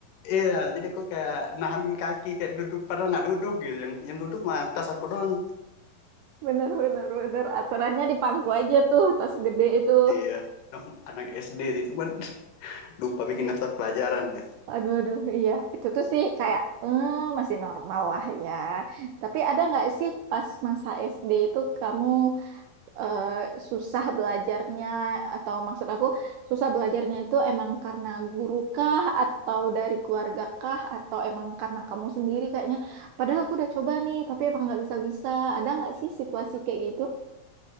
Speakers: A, on the left; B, on the right.
A: iya jadi aku kayak nahan kaki kayak duduk padahal nggak duduk gitu yang yang duduk mah tas aku doang
B: Bener bener bener aturannya di pangku aja tuh tas gede itu.
A: Iya, anak SD sih, cuman <laughs> lupa bikin daftar pelajaran ya.
B: Aduh, aduh, iya. Itu tuh sih kayak eh, masih normal lah ya. Tapi ada nggak sih pas masa SD itu kamu eh, susah belajarnya atau maksud aku susah belajarnya itu emang karena guru kah atau dari keluarga kah atau emang karena kamu sendiri kayaknya. Padahal aku udah coba nih, tapi emang nggak bisa-bisa. Ada nggak sih situasi kayak gitu?